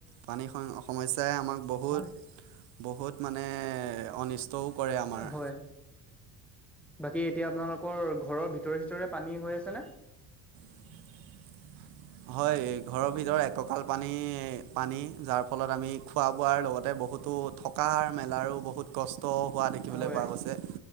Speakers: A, on the right (about 65°); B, in the centre.
A: পানীৰ সমস্যাই আমাক বহুত
B: হয়
A: বহুত মানে অনিষ্টও কৰে আমাৰ
B: হয় বাকী এতিয়া আপোনালোকৰ ঘৰৰ ভিতৰে ভিতৰে পানী হৈ আছেনে
A: <inaudible> হয় ঘৰৰ ভিতৰত এক কঁকাল পানী পানী যাৰ ফলত আমি খোৱা বোৱাৰ লগতে বহুতো থকাৰ মেলাৰো বহুত কষ্ট কষ্ট হোৱা দেখিবলৈ
B: হয়।
A: পোৱা গৈছে